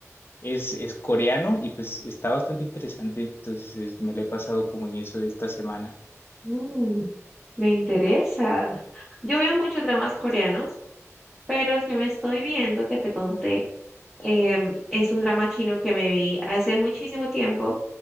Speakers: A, on the left; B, in the centre.
A: Es, es coreano y pues está bastante interesante. Entonces es- me la he pasado como en eso esta semana.
B: Mm, me interesa. Yo veo muchos dramas coreanos, pero el que me estoy viendo, que te conté, em, es un drama chino que me vi hace muchísimo tiempo